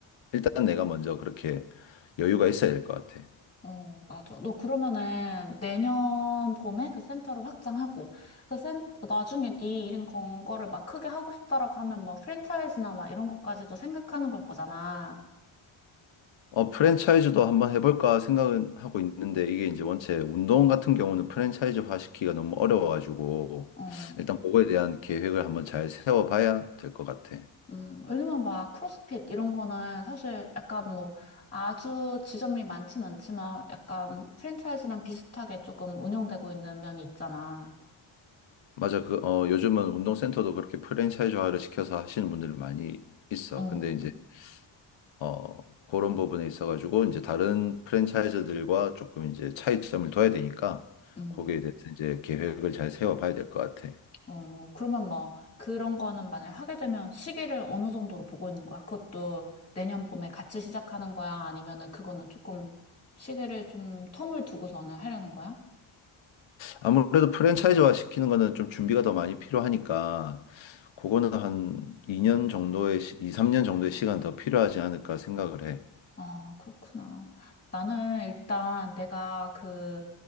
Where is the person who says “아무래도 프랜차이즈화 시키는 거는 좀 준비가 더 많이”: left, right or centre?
Left